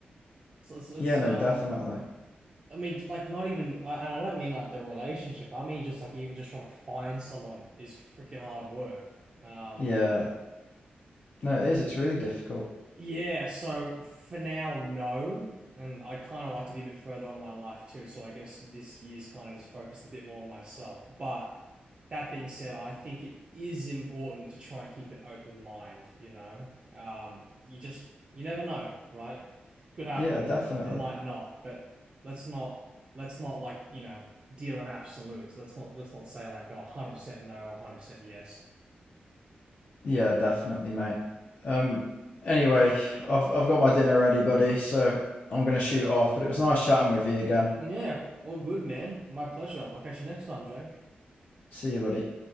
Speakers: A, on the right; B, on the left.
A: so it's, it's,
B: Yeah,
A: um,
B: no, definitely.
A: I mean, like, not even, I, and I don't mean like the relationship. I mean, just like, even just trying to find someone is freaking hard work. Um,
B: Yeah, no, it is. It's really difficult.
A: Yeah, so for now, no. And I kind of like to be a bit further on in my life too. So I guess this year's kind of just focused a bit more on myself. But that being said, I think it is important to try and keep an open mind, you know? Um, you just, you never know, right? Could happen,
B: Yeah, definitely.
A: it might not, but let's not, let's not like, you know, deal in absolutes. Let's not, let's not say like, oh, 100% no or 100% yes.
B: Yeah, definitely, mate. Um, anyway, I've I've got my dinner ready, buddy, so I'm gonna shoot off, but it was nice chatting with you again.
A: Yeah, all good, man. My pleasure. I'll catch you next time, Jake.
B: See you, buddy.